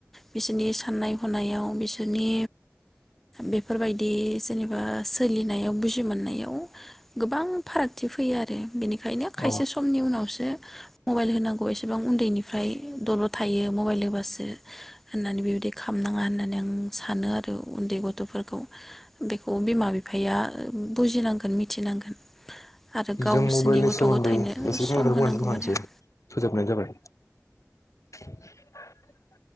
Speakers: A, in the centre; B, on the left.
A: बिसोरनि साननाय हनायाव बिसोरनि बेफोरबायदि जेनेबा सोलिनायाव बुजि मोननायाव गोबां फारागथि फैयो आरो बेनिखायनो खायसे
B: औ
A: समनि उनावसो मबाइल होनांगौ। बे एसेबां उन्दैनिफ्राय ल' थायो मबाइल होबासो होननानै बेबायदि खालामनाङा होननानै आं सानो आरो उन्दै गथ'फोरखौ बेखौ बिमा बिफा बिफाया बुजिनांगोन मिथिनांगोन आरो
B: जों
A: गावसोरनि
B: मबाइलनि
A: गथ'
B: सोमोन्दै
A: गथायनो
B: एसेखिनिखौ
A: सम होनांगौ
B: बुंनानै दोनथ'नोसै
A: आरो।
B: फोजोबनाय जाबाय। <inaudible>